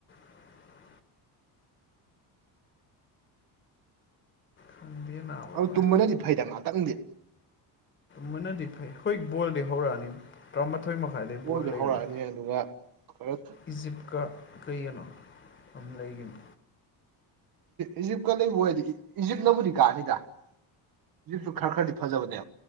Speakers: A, on the left (about 30°); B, on the right (about 55°).
A: ꯎ ꯈꯪꯗꯦ ꯅꯥꯕ
B: ꯑꯗꯨ
A: ꯚꯥꯏ
B: ꯇꯨꯝꯕꯅꯗꯤ ꯐꯩꯗ ꯉꯥꯛꯇꯪꯗꯦ
A: ꯃꯅꯗꯤ ꯐꯥꯏ ꯍꯣꯏ ꯒꯜꯗꯤ ꯍꯧꯔꯛꯑꯅꯤ ꯑꯊꯣꯏ ꯃꯈꯥꯏꯗꯩ
B: ꯕꯣꯜꯗꯤ
A: ꯕꯣꯔ ꯂꯩꯕꯅꯤ
B: ꯍꯧꯔꯛꯑꯅꯤ ꯑꯗꯨꯒ ꯈꯔ
A: ꯏꯖꯤꯞꯀ ꯀꯩꯒꯅꯣ ꯑꯗꯨꯝ ꯂꯩꯒꯅꯤ
B: ꯏꯖꯤꯞꯀ ꯂꯩꯕꯨ ꯑꯣꯏ ꯑꯗꯒꯤ ꯏꯖꯤꯞꯅꯕꯨꯗꯤ ꯀꯥꯅꯤꯗ ꯍꯧꯖꯤꯛꯁꯨ ꯈꯔ ꯈꯔꯗꯤ ꯐꯖꯕꯅꯦ